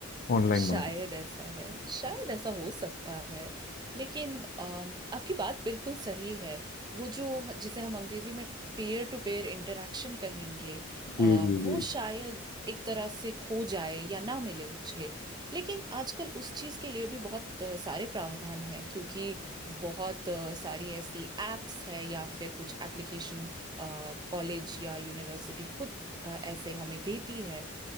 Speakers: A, on the left; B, on the right.
A: ऑनलाइन
B: शायद
A: मार्केट
B: ऐसा है शायद ऐसा हो सकता है लेकिन अम, आपकी बात बिल्कुल सही है वो जो जिसे हम अंग्रेजी में पेयर टू पेयर इंटरेक्शन कहेंगे
A: जी
B: अ,
A: जी
B: वो
A: जी
B: शायद एक तरह से खो जाए या ना मिले मुझे लेकिन आजकल उस चीज़ के लिए भी बहुत अ, सारे प्रावधान हैं क्योंकि बहुत अ, सारी ऐसी एप्स है या फिर कुछ एप्लीकेशन कॉलेज या यूनिवर्सिटी खुद अ, ऐसे हमें देती है